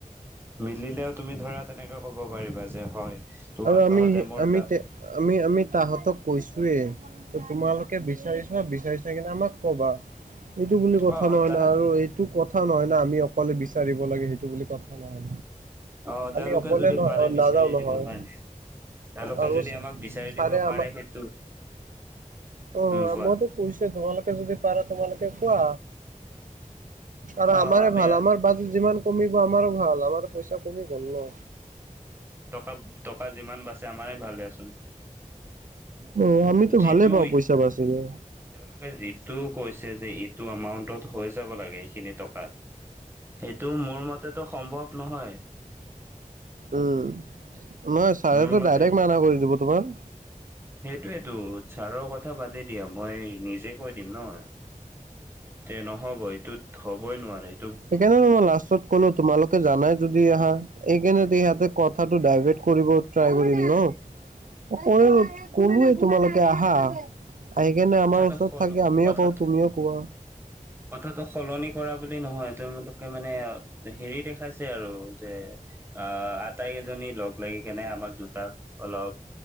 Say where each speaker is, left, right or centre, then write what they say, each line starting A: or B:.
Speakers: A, on the right; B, on the right.
A: মিলিলেও তুমি ধৰা তেনেকে ক'ব পাৰিবা যে, হয়। তোমাৰ
B: আৰু আমি,
A: তহঁতে মোৰ
B: আমি
A: দা
B: তে আমি, আমি তাহতক কৈছোয়েই, ত' তোমালোকে বিচাৰি চোৱা বি বিচাৰি চাই কিনে আমাক ক'বা, এইটো বুলি কথা
A: অ',
B: নহয়
A: তাহাঁত
B: ন আৰু এই টো কথা নহয় না, আমি অকলে বিচাৰিব লাগে সেই বুলি কথা নহয়,
A: অ', তেওঁলোকে
B: আমি অকলে
A: যদি
B: ন-নাযাও
A: পাৰে বিচাৰি
B: নহয়।
A: দিব কাৰণে তেওঁলোকে
B: আৰু
A: যদি আমাক বিচাৰি
B: ছাৰে
A: দিব
B: আমাক
A: পাৰে সেইটো
B: অ',
A: উম, কোৱা
B: মইতো কৈছোৱেই, তোমালোকে যদি পাৰা তোমালোকে কোৱা। আৰু
A: অ',
B: আমাৰেই
A: আমি
B: ভাল, আমাৰ বাজেট যিমান কমিব আমাৰো ভাল, আমাৰ পইচা কমি গ'ল ন।
A: টকা, টকা যিমান বাছে, আমাৰেই ভাল দিয়াচোন।
B: অ', আমিতো
A: যিটো
B: ভালেই পাওঁ পইচা বাচিলে।
A: তেওঁলোকে যিটো কৈছে যে, এইটো এমাউন্টত হৈ যাব লাগে সেইখিনি টকাত এইটো মোৰ মতেটো সম্ভৱ নহয়।
B: উম, নহয় চাৰেটো
A: মোৰ মতে
B: ডাইৰেক্ট মানা কৰি দিব তোমাৰ।
A: সেইটোৱেতো, ছাৰৰ কথা বাদেই দিয়া, মই নিজে কৈ দিম ন। যে নহ'ব, এইটোত হ'বই নোৱাৰে, এইটো
B: সেইকাৰনেটো মই লাষ্টত ক'লোঁ, তোমালোকে জানাই যদি আহা, এইকাৰণে ইহঁতে কথাটো ডাইভাৰ্ট কৰিব ট্ৰাই কৰিম ন, <unintelligible> ক'লোৱেই তোমালোকে আহা। আহি কেনে
A: কথাটো
B: আমাৰ ওচৰত
A: সল
B: থাকে, আমিও
A: কথাটো
B: কওঁ তুমিও কোৱা।
A: কথাটো সলনি কৰা বুলি নহয়, তেওঁলোকে মানে হেৰি দেখাইছে আৰু যে আ আটাইকেইজনী লগ লাগি কেনে আমাক দুটাক অলপ